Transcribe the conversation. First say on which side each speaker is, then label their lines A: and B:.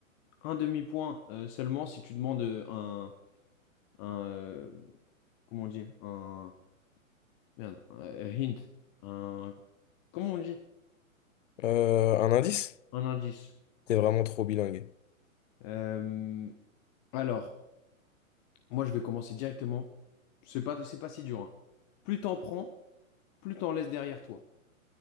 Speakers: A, on the left; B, on the left.
A: un demi-point euh, seulement si tu demandes euh, un... un euh, comment on dit? Un... Merde, un, euh, hint. Un... Comment on dit?
B: Euh, un indice?
A: Un indice.
B: T'es vraiment trop bilingue.
A: Euh, alors... Moi, je vais commencer directement. C'est pas, c'est pas si dur, hein. Plus t'en prends, plus t'en laisses derrière toi.